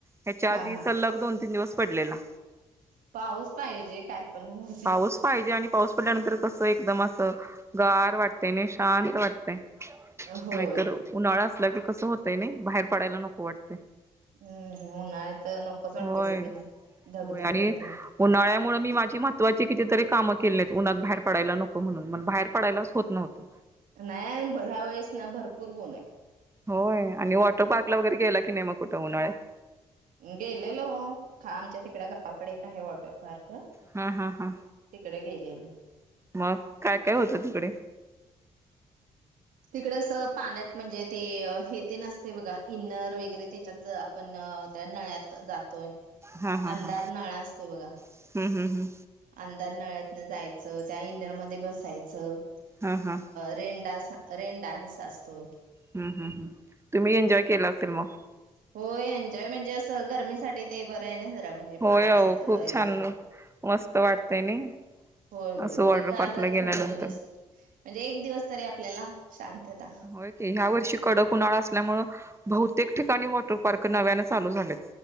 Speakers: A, on the right; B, on the right.
A: ह्याच्या
B: हा
A: आधी
B: हा
A: सलग दोन तीन दिवस पडलेला.
B: पाऊस पाहिजे काय पण हो.
A: पाऊस पाहिजे आणि पाऊस पडल्यानंतर कसं एकदम असं गार वाटतय आणि शांत वाटतय.
B: होय
A: नाहीतर उन्हाळा असला की कस होतय नाही बाहेर पडायला नको वाटत.
B: हम्म उन्हाळ तर नकोच वाटते
A: होय
B: सगळी धगधग
A: होय आणि
B: होते.
A: उन्हाळ्यामुळे मी माझी महत्वाची कितीतरी कामं केली नाहीत उन्हात बाहेर पडयला नको. म्हणून मग बाहेर पडायलाच होत नव्हतं
B: नाही ह्या वेळेस ना भरपूर उन्ह आहे.
A: होय आणि वॉटर पार्क ला वगैरे गेला की नाही मग कुठं उन्हाळ्यात.
B: गेलेलो आमच्या तिकड गावाकडे एक आहे वॉटर पार्क.
A: हा हा हा
B: तिकडे गेलेलो.
A: मग काय काय होतं तिकडे
B: तिकड अस पाण्यात म्हणजे ते हे ते असतय बघा. इनर वगैरे त्याच्यात आपण त्या नळ्यात जातोय.
A: हा हा
B: अंधार
A: हा
B: नळा असतोय बघा.
A: हम्म हम्म हम्म
B: अंधार नळ्यातन जायचं त्या इनरमध्ये बसायचं
A: हा हा
B: रेन डान्स रेन डान्स असतो.
A: हम् हम् हम तुम्ही एन्जॉय केला असेल मग
B: होय एन्जॉय म्हणजे असं गरमीसाठी ते बरं आहे ना जरा म्हणजे
A: होय
B: पाण्यात
A: अहो
B: वगैरे
A: खूप छान मस्त वाटतय नाही
B: होय होय
A: असं
B: म्हणजे
A: वॉटर
B: गार
A: पार्कला गेल्यानंतर
B: थोडे दिवस. म्हणजे एक दिवस तरी आपल्याला शांतता.
A: हो की ह्या वर्षी कडक उन्हाळा असल्यामूळ बहुतेक ठिकाणी वॉटर पार्क नव्यानं चालू झालेत.